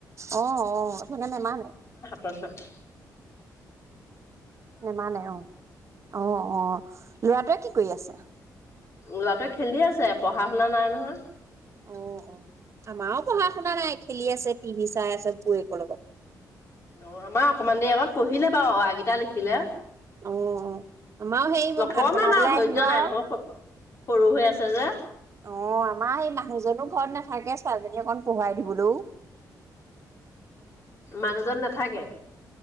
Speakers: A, on the right; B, on the left.
A: অ অ সেইকাৰণে নেমানে
B: প্ৰচাদ
A: নেমানে অ'- অ'-অ' ল'ৰাটোৱে কি কৰি আছে?
B: ল'ৰাটোৱে খেলি আছে পঢ়া-শুনা নাই নহয় ।
A: অ'-অ' আমাৰো পঢ়া-শুনা নাই, খেলি আছে, টিভি চাই আছে বৌৱেকৰ লগত
B: অ' আমাৰ অকমান দেৰি আগত পঢ়িলে বাৰু অ', আ কিটা লিখিলে ।
A: অ' আমাৰ হেৰি মই
B: অকমান
A: ভাত বনাবলৈ
B: আৰু ধৈৰ্য্য
A: আহিলো
B: নাই
A: আৰু
B: নহয় সৰু হৈ আছে যে
A: অ' আমাৰ সেই মানুহজনো ঘৰত নাথাকে, ছোৱালীজনী অকণ পঢ়ুৱাই দিবলৈও
B: মানুহজন নাথাকে।